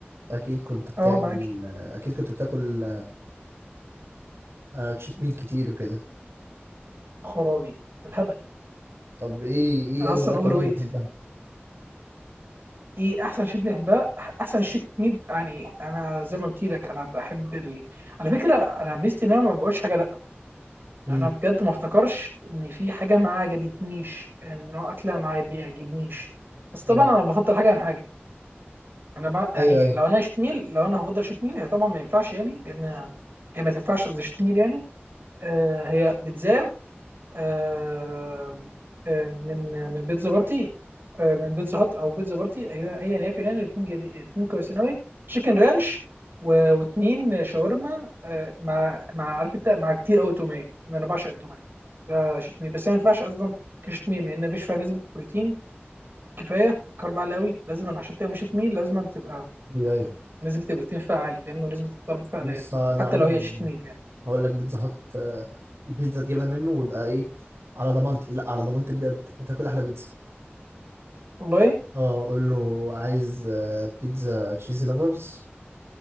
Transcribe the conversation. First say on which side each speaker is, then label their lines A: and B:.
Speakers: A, on the right; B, on the right.
A: أكيد كنت بتعمل
B: اه معاك
A: أكيد كنت بتاكل آه، تشيت ميل كتير وكده
B: خرابي الهبل
A: طب إيه إيه
B: انا اصلا
A: أفضل أكلة
B: اوفر
A: ماما
B: ويت
A: بتحبها؟
B: ايه احسن شيء بنحبها احسن شيء ميد يعني انا زي ما قلت لك انا بحب ال... على فكره انا ميزتي ان انا ما بقولش حاجه لا
A: امم
B: انا بجد ما افتكرش ان في حاحاجه ما عجبتنيش ان نوع اكله ما بيعجبنيش بس طبعا
A: لا
B: انا بفضل حاجه عن حاجه انا بقى يعني
A: أيوه أيوه
B: لو انا شيت ميل لو انا هفضل شيت ميل هي طبعا ما ينفعش يعني لان هي ما تنفعش زي شيت ميل يعني آه هي بيتزا آه آه من من بيتزا بارتي آه من بيتزا هات او بيتزا بارتي ايوه ايا يكن يعني الاثنين جديد، الاثنين كويسين قوي تشيكن رانش و- واثنين شاورما آه مع مع عارف انت مع كتير قوي توميه لان انا بعشق التوميه ده شيت ميل بس هي ما ينفعش اصلا كشيت ميل لان مفيش فيها نسبه بروتين كفايه كارب عالي قوي لازم عشان تبقى شيت ميل لازم تبقى
A: أيوه أيوه
B: لازم تبقى تيم فعال فاهمني ولازم تختار بفئة قليلة
A: بص أنا
B: حتى
A: عموما
B: لو هي شيت ميل يعني
A: هقول لك بيتزا هات آه، بيتزا تجيبها منه ويبقى إيه على ضمانتي لا على ضمانتي بجد هتاكل أحلى بيتزا
B: والله
A: أه قول له عايز آه، بيتزا تشيزي لافرز